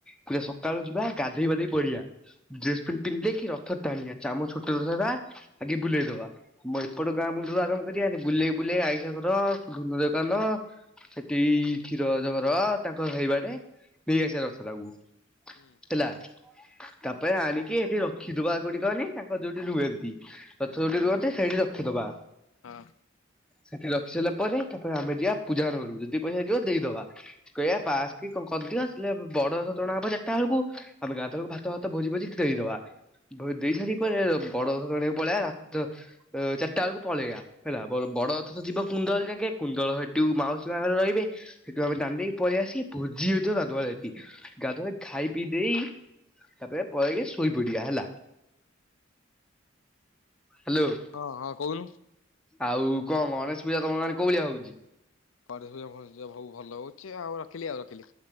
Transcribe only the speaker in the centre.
ପୁରା ସକାଳୁ ଯିବା ଗାଧୋଇବାଧେଇ ପଡ଼ିବା। ଡ୍ରେସ ପେଣ୍ଟ ପିନ୍ଧିଦେଇକି କି ରଥ ଟାଣିବା ଚାମ ଛୋଟ। <unintelligible> ଆଗେ ବୁଲେଇଦବା ଆମ ଏପଟ ଗାଁ ମୁୁଣ୍ଡରୁ ଆରମ୍ଭ କରିବା ବୁଲେଇ ବୁଲେଇ ଆଇସା ଘର ଧୁନ ଦର। ସେଠି କ୍ଷୀର ଅଜା ଘର ତାଙ୍କ ସେଇବାଟେ ନେଇ ଆସିବା ରଥ ଟାକୁ।
ହେଲା ତାପରେ ଆଣିକି ଏଠି ରଖିଦବା କଉଠିକହନି ତାଙ୍କ ଯୋଉଁଠି ରୁହନ୍ତି। ରଥ ଯୋଉଁଠି ରୁହନ୍ତି ସେଇଠି ରଖିଦବା।
ସେଠି ରଖି ସାରିଲା ପରେ ତାପରେ ଆମେ ଯିବା ପୂଜାହର ଘରକୁ ପଇସା ହେଇଥିବ ଦେଇଦବା କହିବା ପାସ୍ କି କନ କରିଦିଅ ବଡରଥ ଟଣା ହବ ଯେତେବେଳକୁ ଆମେ ଗାଁ ବେଳକୁ ଭାତ ଭାତ ଭୋଜି ଭୋଜି ଦେଇଦବା। ଭୋ ଦେଇ ସାରି ପରେ ବଡ ଆଣି ପଳେଇଆ ରାତ ଚାରିଟା ବେଳକୁ ପଳେଇବା ହେଲା ବଡରଥ ତ ଯିବ କୁନ୍ଦଳ ଯାକେ କୁନ୍ଦଳ ମାଉସୀ ମା ଘରେ ରହିବେ ସେଠୁ ଆମେ ଟାଣି ଦେଇ ପଳେଇ ଆସିକି ଭୋଜି ହେଉଥିବ ଗାଧୁଆଳେ ଏଠି ଗାଧୁଆବେଳେ ଖା ଖାଇ ପିଇ ଦେଇ ତାପରେ ପଳେଇକି ଶୋଇ ପଡିବା ହେଲା। ହ୍ୟାଲୋ,
ଆଉ କଣ ଗଣେଶ ପୂଜା ତମ ଗାଁ ରେ କୋଉଁ ଭଳିଆ ହେଉଛି?